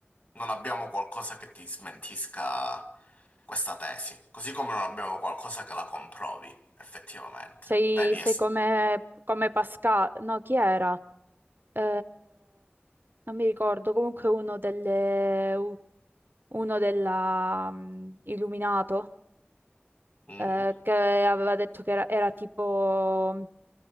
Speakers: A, on the left (about 45°); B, on the right (about 55°).
A: Non abbiamo qualcosa che ti smentisca questa tesi, così come non abbiamo qualcosa che la comprovi, effettivamente.
B: Sei,
A: Vedi,
B: sei
A: es-
B: come, come Pascal, no, chi era? Eh, non mi ricordo, comunque uno delle, u- uno della, mm, Illuminato,
A: Mhm.
B: eh, che aveva detto che era, era tipo,